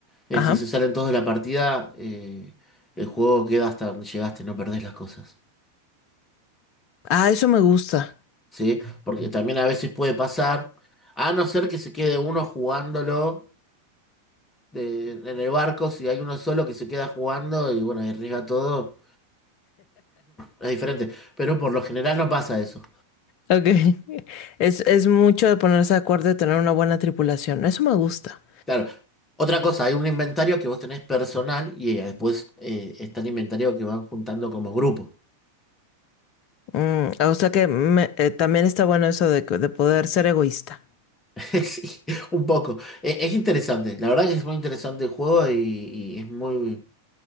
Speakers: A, on the left (about 15°); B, on the left (about 40°).
A: Eh,
B: Ajá.
A: si se salen todos de la partida, eh, el juego queda hasta donde llegaste, no perdés las cosas.
B: Ah, eso me gusta.
A: ¿Sí? Porque también a veces puede pasar, a no ser que se quede uno jugándolo de- en el barco, si hay uno solo que se queda jugando y bueno, arriesga todo, es diferente. Pero por lo general no pasa eso.
B: Ok. <laughs> Es, es mucho de ponerse de acuerdo y tener una buena tripulación. Eso me gusta.
A: Claro. Otra cosa, hay un inventario que vos tenés personal y eh, después eh, está el inventario que van juntando como grupo.
B: Mm, o sea que me- eh, también está bueno eso de, que- de poder ser egoísta.
A: <laughs> Sí, un poco. E- Es, interesante, la verdad que es muy interesante el juego y, y es muy,